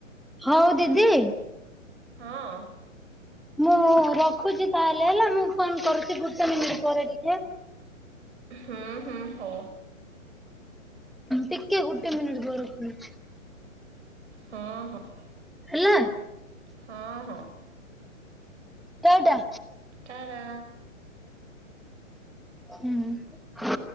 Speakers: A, in the centre; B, on the right.
A: ହଉ ଦିଦି?
B: ହଁ।
A: ମୁଁ ରଖୁଛି ତାହଲେ ହେଲା ମୁଁ ଫୋନ କରୁଛି ଗୁଟେ ମିନିଟ ପରେ ଟିକେ।
B: ହୁଁ ହୁଁ ହଉ।
A: ଟିକେ ଗୋଟେ ମିନିଟ ପରେ <unintelligible>
B: ହଁ ହଁ
A: ହେଲା
B: ହଁ ହଁ।
A: ଟା ଟା।
B: ଟା ଟା।
A: ହୁଁ।